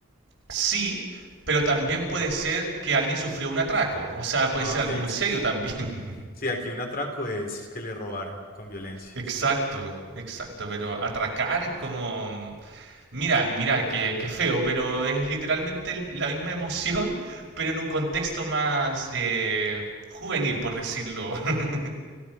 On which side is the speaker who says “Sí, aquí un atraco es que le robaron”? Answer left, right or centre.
Left